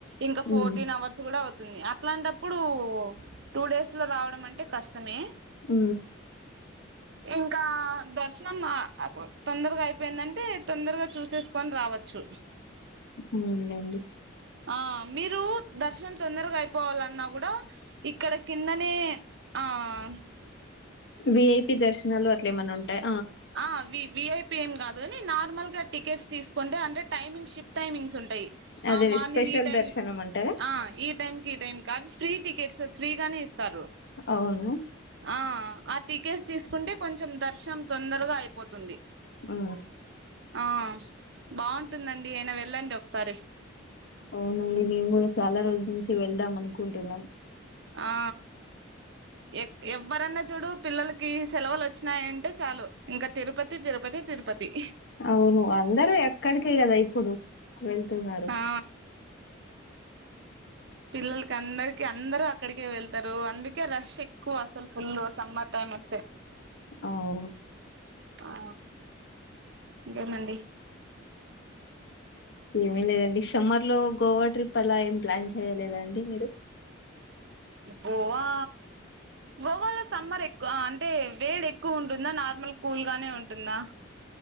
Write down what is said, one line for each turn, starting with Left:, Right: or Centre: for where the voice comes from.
Right: ఇంకా ఫోర్టీన్
Left: ఉమ్,
Right: అవర్స్ కూడా అవు ఉంది అట్లాంటప్పుడు టూ డేస్ లో రావడం అంటే కష్టమే
Left: ఉ
Right: ఇంకా దర్శనం అ తొందరగా అయిపోయిందంటే తొందరగా చూసేసుకొని రావచ్చు.
Left: అవునులేండి
Right: ఆ మీరు దర్శనం తొందరగా అయిపోవాలన్నా కూడా ఇక్కడకి కిందనే ఆం
Left: విఐపి దర్శనాలు అట్లే ఏమైన్నా ఉంటాయ
Right: ఆ అవీ ఇ విఐపిఎం కాదు గాని నార్మల్ గా టికెట్స్ తీసుకుంటే అంటే టైమింగ్ షిఫ్ట్ టైమింగ్స్ ఉన్ టయి
Left: అదే
Right: ఆ మార్నింగ్
Left: స్పెషల్
Right: ఈ టైమ్
Left: దర్శనం అంటారా
Right: ఆ ఈ టైమ్ కీ ఈ టైం కాదు ఫ్రీ టికెట్స్ ఫ్రీగానే ఇస్ తారు
Left: అవును
Right: ఆ టికెట్స్ తీసుకుంటే కొంచం ద శ్యామ్ తొందరగా అయిపోతుంది.
Left: ఉ
Right: ఆ బాగుంటుందండి అయిన వెళ్ళండి ఒకసారి
Left: అవునండి మేము కూడా చాలా రోజుల నుంచి వెళ్దాం అనుకుంటున్నాం.
Right: ఆ ఎక్ ఎవ్వరన్నా చూడు పిల్లలకి సెలవులు వచ్చినాయంటే చాలు ఇంకా తిరుపతి తిరుపతి తిరుపతి
Left: అవును అందరూ ఎక్కడికే కదా ఇప్పుడు వెళ్తున్నారు.
Right: ఆ పిల్లలకి అందరికి అందరు అక్కడికే వెళ్తారు. అందుకే రష్ ఎక్కువ అసలు ఫుల్ సమ్మర్ టైమ్ వస్
Left: అవు
Right: ఆ ఇంకేం అండి
Left: ఏమీ లేదండి సమ్మర్ లో గోవా ట్రిప్ అలా ఏం ప్లాన్ చేయలేదండి మీరు.
Right: గోవా గోవాలో సమ్మర్ ఎక్కువ అంటే వేడి ఎక్కువ ఉంటుందా నార్మల్ కూల్గానే ఉంటుందా.